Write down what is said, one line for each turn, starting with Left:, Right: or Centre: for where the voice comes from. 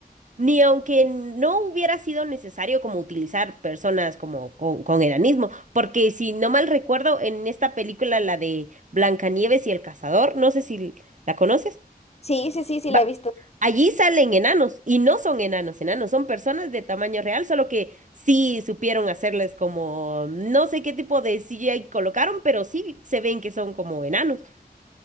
Right: Ni aunque no hubiera sido necesario como utilizar personas como con, con enanismo, porque si no mal recuerdo, en esta película, la de Blancanieves y el cazador, no sé si la conoces,
Left: Sí, sí, sí, sí, la
Right: va,
Left: he visto.
Right: allí salen enanos y no son enanos, enanos, son personas de tamaño real, solo que sí supieron hacerles como, no sé qué tipo de CGI colocaron, pero sí se ven que son como enanos.